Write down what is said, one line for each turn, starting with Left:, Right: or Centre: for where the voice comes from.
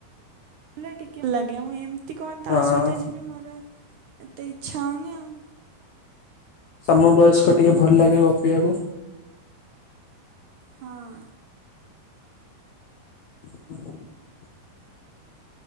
Right: ଲେ ଟିକେ ଲଗେ ମୁଁ ଏମତି ତି କଣ ତା
Left: ହଁ
Right: ସହିତ ଯିବି ମୋର ଏତେ ଇଚ୍ଛା ହଉନି ଆଉ।
Left: ସମ ବୟସ୍କ ଟିକେ ଭଲ ଲାଗେ ଗପିବାକୁ
Right: ହଁ।
Left: <inaudible>